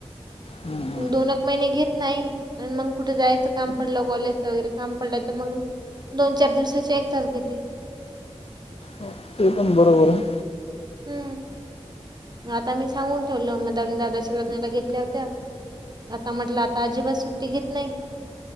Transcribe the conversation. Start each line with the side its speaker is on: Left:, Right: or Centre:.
Left: हम्म, हम्म.
Right: दोन एक महिने घेत नायी आण मंग कुठे जायच काम पडल कॉलेजच वगैरे काम पडल तर मंग दोन चार दिवसाचे एकदाच घेते.
Left: हो, ते पण बरोबर आहे
Right: हम्म आता मी सांगून ठेवल मंग द दादाच्या लग्नाला घेतल्या होत्या आता म्हटलं आता अजिबात सुट्टी घेत नायी